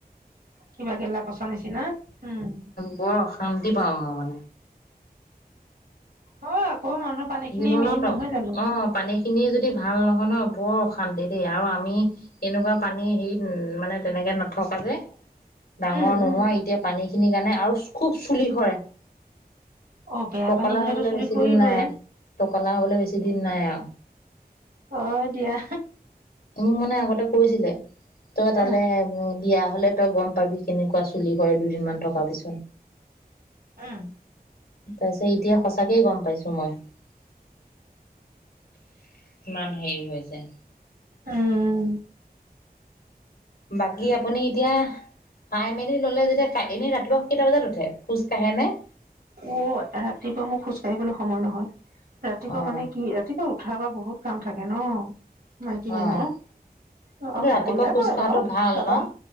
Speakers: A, on the right; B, on the left.
A: কিবা গেলা, পচা নিছিনা উম,
B: <inaudible> শান্তি পাওঁ, মই মানে।
A: হয়, আকৌ মানুহৰ পানী খিনি
B: জীৱনত
A: মেইন নহয় জানো।
B: অ, পানী খিনিয়ে যদি ভাল নহয় ন, বৰ অশান্তি দেই আৰু আমি এনেকুৱা পানী হেৰিত, মানে তেনেকে নথকা যে। ডাঙৰ
A: উম
B: নোহোৱা
A: উম
B: এতিয়া পানী খিনিৰ কাৰণে আৰু খুব চুলি সৰে।
A: অ বেয়া
B: টকলা
A: পানী হলেতো
B: হ'বলে
A: চুলি
B: বেছি
A: সৰিবই।
B: দিন নাই, টকলা হ'বলে বেছি দিন নাই আৰু।
A: হয়, দিয়া।
B: মোক মানে আগতে কৈছিলে, তই তালে
A: উম
B: উম, বিয়া হ'লে। তই গম পাবি, কেনেকুৱা চুলি সৰে, দুদিন মান থকা পিছত।
A: উম
B: তাৰ পিছত এতিয়া সঁচাকৈ গম পাইছোঁ। <inaudible> কিমান হেৰি হৈছে।
A: উম,
B: বাকী আপুনি এতিয়া, খাই খাই মেলি ল'লে যেতিয়া, এনে ৰাতিপুৱা কেইটা বজাত উঠে, খোজ কাঢ়ে নে?
A: অ, ৰাতিপুৱা মোৰ খোজ কাঢ়িবলৈ সময় নহয়, ৰাতিপুৱা
B: অ',
A: মানে কি ৰাতিপুৱা উঠাৰ পৰা বহুত কাম থাকে ন, মাইকী মানুহৰ
B: অ',
A: অ,
B: কিন্তু
A: সকলোৱে
B: ৰাতিপুৱা খোজ
A: কৰে
B: কঢ়াটো
A: বাৰু
B: ভাল
A: তাপা
B: ন?